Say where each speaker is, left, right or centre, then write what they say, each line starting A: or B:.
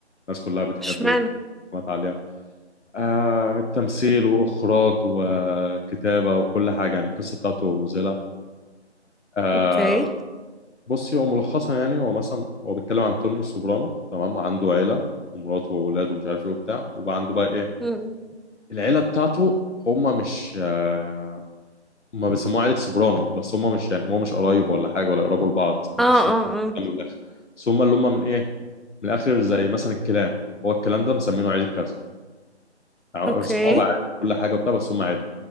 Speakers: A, on the left; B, in the centre.
A: الناس كلها بتحبه
B: اشمعنى
A: ومات عليها آه من التمثيل وإخراج وكتابة وكل حاجة يعني القصة بتاعته مذهلة آه،
B: أوكي
A: بصي هو ملخصا يعني هو مثلا هو بيتكلم عن توني السوبرانو تمام عنده عيلة ومراته وأولاده ومش عارف إيه وبتاع وبقى عنده بقى إيه
B: امم
A: العيلة بتاعته هما مش آه، هما بيسموها عيلة سوبرانو بس هما مش يعني هما مش قرايب ولا حاجة ولا يقربوا لبعض ولا
B: اه
A: مش من
B: اه اه
A: الآخر بس هما اللي هما من إيه من الآخر زي مثلا الكلان هو الكلان ده مسمينه عيلة كذا يعني أصحاب
B: اوكي
A: عادي كل حاجة وبتاع بس هما عيلة